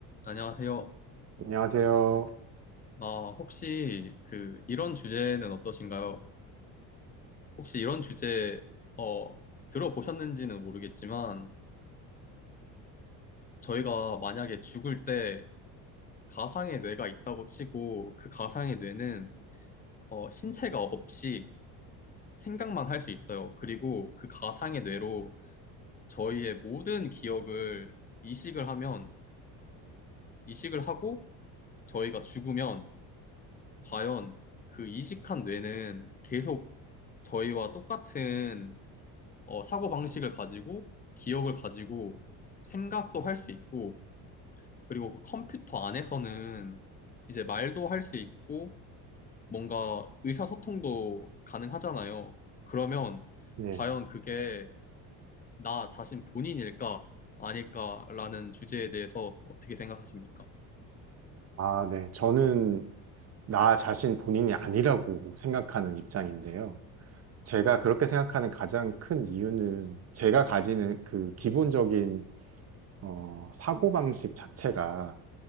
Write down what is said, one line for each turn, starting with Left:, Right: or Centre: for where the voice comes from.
Left: 안녕하세요.
Right: 안녕하세요.
Left: 아, 혹시 그 이런 주제는 어떠신가요? 혹시 이런 주제 어, 들어보셨는지는 모르겠지만 저희가 만약에 죽을 때 가상의 뇌가 있다고 치고 그 가상의 뇌는 어, 신체가 없이 생각만 할 수 있어요. 그리고 그 가상의 뇌로 저희의 모든 기억을 이식을 하면 이식을 하고 저희가 죽으면 과연 그 이식한 뇌는 계속 저희와 똑같은 어, 사고 방식을 가지고 기억을 가지고 생각도 할 수 있고 그리고 그 컴퓨터 안에서는 이제 말도 할 수 있고 뭔가 의사소통도 가능하잖아요. 그러면
Right: 네.
Left: 과연 그게 나 자신 본인일까 아닐까라는 주제에 대해서 어떻게 생각하십니까?
Right: 아, 네. 저는 나 자신 본인이 아니라고 생각하는 입장인데요. 제가 그렇게 생각하는 가장 큰 이유는 제가 가지는 그 기본적인 어, 사고방식 자체가